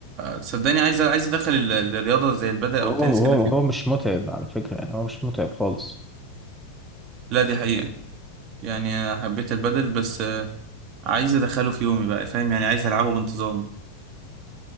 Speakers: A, on the right (about 40°); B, in the centre.
A: صدقني عايز عايز ادخل ال- الرياضه زي البدل او
B: هو
A: التنس
B: هو
A: كده فيه
B: هو مش متعب على فكرة يعني هو مش متعب خالص
A: لا دي حقيقه يعني حبيت البدل بس آه، عايز ادخله في يومي بقى فاهم يعني عايز العبه بانتظام